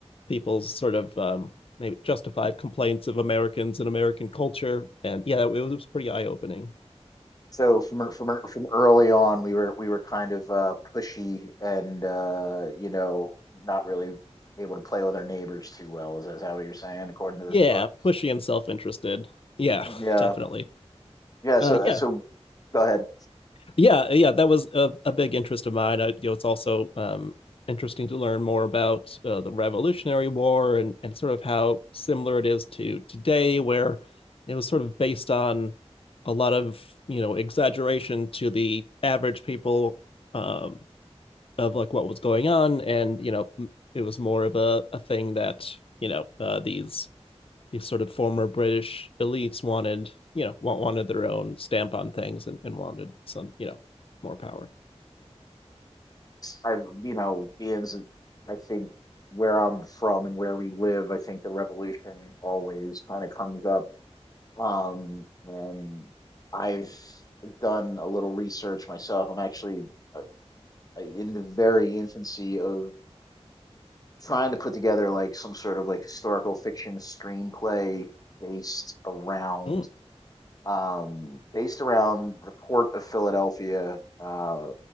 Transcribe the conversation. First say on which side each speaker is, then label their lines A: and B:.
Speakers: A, on the left (about 55°); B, on the left (about 35°).
A: people's sort of um, maybe justified complaints of Americans and American culture. And yeah, that, it was pretty eye opening.
B: So from er, from er, from early on, we were we were kind of uh, pushy and uh, you know not really able to play with our neighbors too well. Is that how you're saying, according to this
A: Yeah,
B: book?
A: pushy and self interested. Yeah, <laughs>
B: Yeah,
A: definitely.
B: yeah. So
A: Uh,
B: uh,
A: yeah,
B: so go ahead.
A: Yeah, yeah, that was a, a big interest of mine. I, you know, it's also um, interesting to learn more about uh, the Revolutionary War and and sort of how similar it is to today, where it was sort of based on a lot of you know exaggeration to the average people um, of like what was going on, and you know it was more of a a thing that you know uh, these these sort of former British elites wanted, you know, wanted their own stamp on things and, and wanted some, you know, more power.
B: I you know Ian's. I think where I'm from and where we live, I think the revolution always kind of comes up. Um, and I've done a little research myself. I'm actually uh, in the very infancy of trying to put together like some sort of like historical fiction screenplay based around
A: Mm.
B: um based around the port of Philadelphia uh